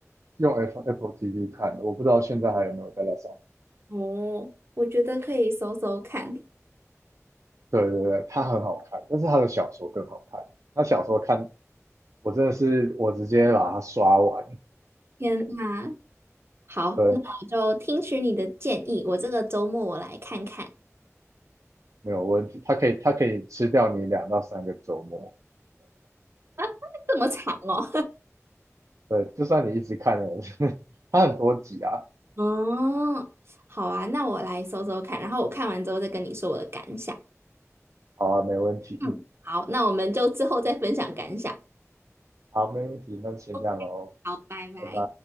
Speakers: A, on the right; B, on the right.
A: 用 Apple Apple TV 看的，我不知道现在还有没有在那上面。
B: 哦，我觉得可以搜搜看。
A: 对对对，它很好看，但是他的小说更好看。他小说看我真的是我直接把它刷完，
B: 天呐，好，
A: 对，
B: 那我就听取你的建议，我这个周末我来看看。<laughs>
A: 没有问题。它可以它可以吃掉你两到三个周末，
B: 啊，这么长哦。
A: 对，就算你一直看了，<laughs> 它很多集啊。
B: <laughs> 哦，好啊，那我来搜搜看，然后我看完之后再跟你说我的感想。
A: 好啊，没问题，
B: 嗯，好，那我们就之后再分享感想。
A: 好，没问题，那就先这样喽，
B: OK，好，拜拜。
A: 拜拜。